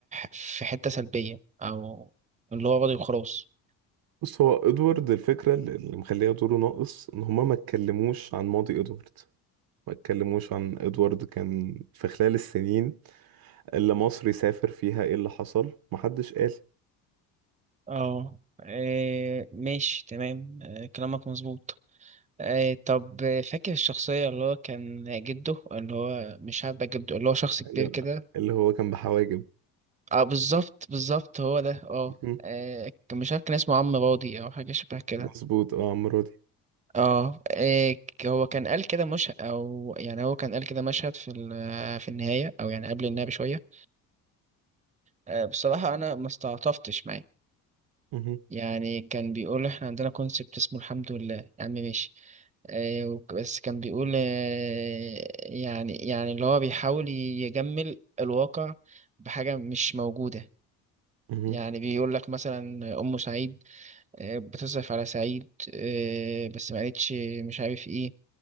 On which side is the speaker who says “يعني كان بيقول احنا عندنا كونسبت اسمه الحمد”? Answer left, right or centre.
Right